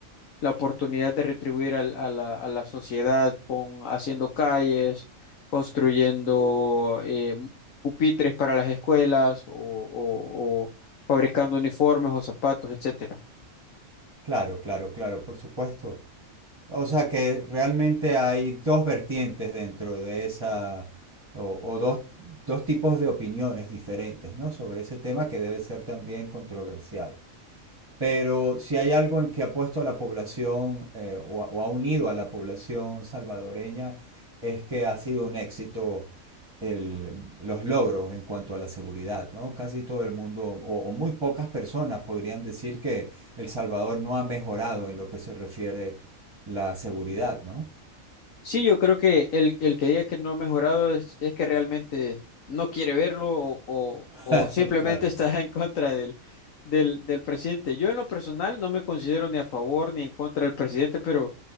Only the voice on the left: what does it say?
la oportunidad de retribuir al- a, la, a la sociedad con haciendo calles, construyendo eh, pupitres para las escuelas o, o- o fabricando uniformes o zapatos, etcétera.
Sí, yo creo que el, el que diga que no ha mejorado es, es que realmente no quiere verlo o, o- o
simplemente
está <laughs> en contra del, del, del presidente. Yo en lo personal no me considero ni a favor ni en contra del presidente, pero